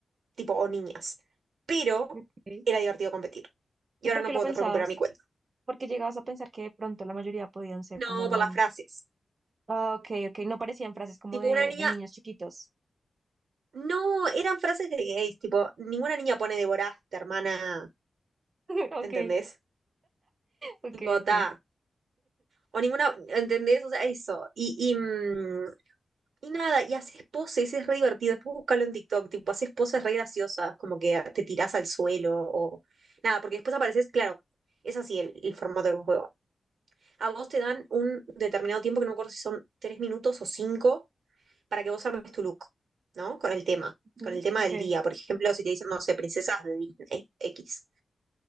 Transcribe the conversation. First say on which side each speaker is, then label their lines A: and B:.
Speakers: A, on the right; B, on the right.
A: tipo, o niñas. Pero
B: Ok.
A: era divertido competir. Y
B: ¿Y
A: ahora
B: por
A: no
B: qué lo
A: puedo
B: pensabas?
A: recuperar mi cuenta.
B: Porque llegabas a pensar que de pronto la mayoría podían ser
A: No,
B: como,
A: por las frases.
B: ah, ok, ok, no parecían frases como
A: Tipo,
B: de,
A: una niña,
B: de niños chiquitos.
A: no, eran frases de gays, tipo, ninguna niña pone devoraste, hermana,
B: <laughs> Ok,
A: ¿entendés?
B: ok,
A: Tipo,
B: ok.
A: ta, O ninguna, ¿entendés? O sea, eso. Y, y, mm, y nada, y haces poses, es re divertido. Después búscalo en TikTok, tipo, haces poses re graciosas, como que te tirás al suelo o nada, porque después apareces, claro, es así el, el formato del juego. A vos te dan un determinado tiempo, que no me acuerdo si son tres minutos o cinco, para que vos armes tu look, ¿no? Con el tema,
B: Ujú,
A: con el tema
B: Ok,
A: del día. Por ejemplo, si te dicen, no sé, princesas de Disney X.